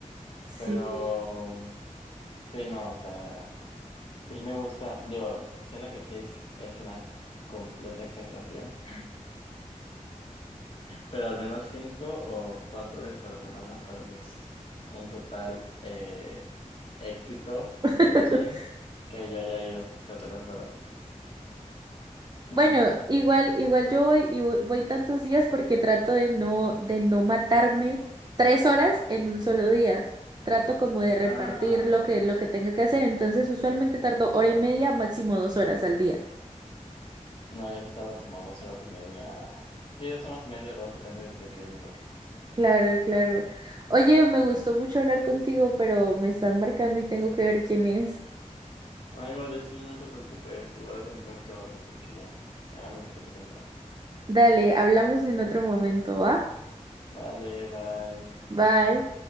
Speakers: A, on the right (about 35°); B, on the left (about 40°).
A: Sí.
B: Pero, sí, no, o sea, sí me gusta, digo, siento que seis es una completa exageración. Pero al menos cinco o cuatro veces a la semana para mí es un total eh, éxito
A: <laughs>
B: del gym que yo haya ido, o sea, te lo juro. <laughs>
A: Bueno, igual, igual yo voy y vo- voy tantos días porque trato de no, de no matarme tres horas en un solo día. Trato como de repartir
B: Ah,
A: lo que, lo que tenga que hacer. Entonces, usualmente tardo hora y media, máximo dos horas al día.
B: no, yo he citado como dos horas y media. Sí, dos horas y media, dos, depende de que me toque.
A: Claro, claro. Oye, me gustó mucho hablar contigo, pero me están marcando y tengo que ver quién es.
B: Ay, vale, sí, no te preocupes. Igual yo también tengo que dormir porque ya mañana me despierto temprano.
A: Dale, hablamos en otro momento, ¿va?
B: Vale, bye.
A: Bye.